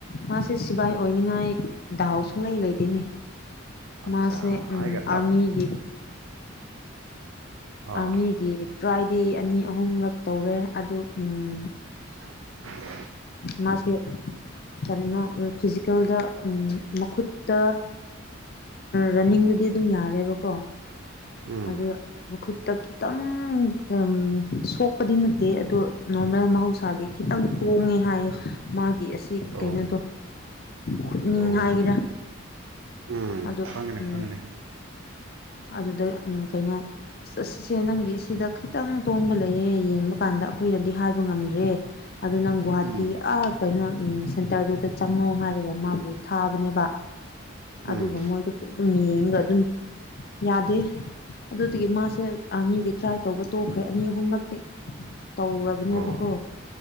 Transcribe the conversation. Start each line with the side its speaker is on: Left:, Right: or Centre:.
Left: ꯃꯥꯁꯦ ꯁꯤꯕꯥꯏ ꯑꯣꯏꯅꯤꯡꯉꯥꯏ ꯗꯥꯎ ꯁꯨꯡꯂꯩ ꯂꯩꯇꯦꯅꯦ
Right: ꯑꯆꯥ
Left: ꯃꯥꯁꯦ ꯎꯝ
Right: ꯑꯩꯒ ꯆꯞ
Left: ꯑꯥꯔꯃꯤꯒꯤ
Right: ꯑꯥ
Left: ꯑꯥꯔꯃꯤꯒꯤ ꯇ꯭ꯔꯥꯏꯗꯤ ꯑꯅꯤ ꯑꯍꯨꯝꯔꯛ ꯇꯧꯔꯦ ꯑꯗꯨ ꯎꯝ
Right: <inaudible>
Left: ꯃꯥꯁꯦ ꯀꯔꯤꯅꯣ ꯑꯝ ꯐꯤꯖꯤꯀꯦꯜꯗ ꯑꯝ ꯃꯈꯨꯠꯇ ꯔꯟꯅꯤꯡꯗꯗꯤ ꯑꯗꯨꯝ ꯌꯥꯔꯦꯕꯀꯣ
Right: ꯎꯝ
Left: ꯑꯗꯨ ꯃꯈꯨꯠꯇ ꯈꯤꯇꯪ ꯎꯝ ꯁꯣꯛꯄꯗꯤ ꯅꯠꯇꯦ ꯑꯗꯣ ꯅꯣꯔꯃꯦꯜ ꯃꯍꯧꯁꯥꯒꯤ ꯈꯤꯇꯪ ꯇꯣꯡꯉꯦ ꯍꯥꯏꯌꯦ ꯃꯥꯒꯤ ꯑꯁꯤ
Right: ꯑꯣ
Left: ꯀꯩꯅꯣꯗꯣ ꯈꯨꯠꯅꯤꯡ
Right: ꯑꯣ
Left: ꯍꯥꯏꯒꯦꯔꯥ
Right: ꯎꯝ
Left: ꯑꯗꯨ
Right: ꯈꯪꯉꯦꯅꯦ
Left: ꯎꯝ
Right: ꯈꯪꯉꯦꯅꯦ
Left: ꯑꯗꯨꯗ ꯎꯝ ꯀꯩꯅꯣ ꯁꯤꯁꯦ ꯅꯪꯒꯤ ꯁꯤꯗ ꯈꯤꯇꯪ ꯇꯣꯡꯕ ꯂꯩꯌꯦ ꯌꯦꯡꯕ ꯀꯥꯟꯗ ꯑꯩꯈꯣꯏꯅ ꯗꯤ ꯍꯥꯏꯕ ꯉꯝꯗ꯭ꯔꯦ ꯑꯗꯨ ꯅꯪ ꯒꯨꯍꯥꯇꯤ
Right: ꯎꯝ
Left: ꯑꯥ ꯀꯩꯅꯣ ꯁꯦꯟꯇꯔꯗꯨꯗ ꯆꯪꯉꯣ ꯍꯥꯏꯔꯒ ꯃꯥꯕꯨ ꯊꯥꯕꯅꯦꯕ ꯑꯗꯨꯒ
Right: ꯎꯝ
Left: ꯃꯣꯏꯗꯣ ꯑꯗꯨꯝ ꯌꯦꯡꯒ ꯑꯗꯨꯝ ꯌꯥꯗꯦ ꯑꯗꯨꯗꯒꯤ ꯃꯥꯁꯦ ꯑꯥꯔꯃꯤꯒꯤ ꯇ꯭ꯔꯥꯏ ꯇꯧꯕ ꯇꯣꯛꯈ꯭ꯔꯦ ꯑꯅꯤ ꯑꯍꯨꯝꯂꯛꯇꯤ ꯇꯧꯔꯕꯅꯦꯕꯀꯣ
Right: ꯑꯣ